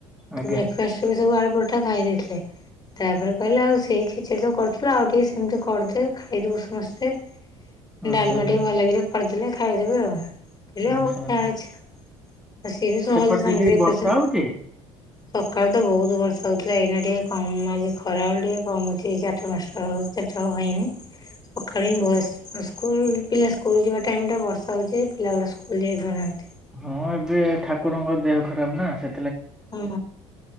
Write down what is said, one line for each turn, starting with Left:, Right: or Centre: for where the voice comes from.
Left: ତ
Centre: ଆଜ୍ଞା
Left: ବ୍ରେକଫାଷ୍ଟରେ ବି ସବୁ ଆଳୁପଟା ଖାଇ ଦେଇଥିଲେ ତାପର କହିଲେ ଆଉ ସେଇ ଚ ତ କରିଥିଲୁ ଆଉ ଟିକେ ସେମିତି କରିଦେ ଖାଇଦବୁ ସମସ୍ତେ
Centre: ଆଚ୍ଛା
Left: ଡାଲମା
Centre: ଆଚ୍ଛା
Left: ଟିକେ ଭଲ କିରି କରିଦେଲେ ଖାଇଦେବେ ଆଉ ମୁଁ କହିଲି ହଉ
Centre: ଆଚ୍ଛା
Left: ତା ଇଚ୍ଛା। ଆସି ବି ସହଯେ
Centre: ସେପଟେ
Left: ସାଙ୍ଗେ ସାଙ୍ଗେ
Centre: ଦିଦି ବର୍ଷା
Left: ପଇସା।
Centre: ହଉଛି?
Left: ସକାଳୁ ତ ବହୁତ ବର୍ଷା ହଉଥିଲା ଏଇନା ଟିକେ କମ ଆଜି ଖରାବେଳୁ ଟିକେ କମ ଅଛି। ଏଠି ଚି ମାଞ୍ଚ ସେଟା ହୋଇନି ସକାଳୁ ହିଁ ବସ୍। ସ୍କୁଲ ପିଲା ସ୍କୁଲ ଯିବା ଟାଇମଟା ବର୍ଷା ହେଉଛି ପିଲା ଗୁଡା ସ୍କୁଲ ଯାଇ ଫେରନ୍ତି।
Centre: ହଁ ଠାକୁରଙ୍କ ଦେହ ଖରାପ ନା ସେ
Left: ହୁଁ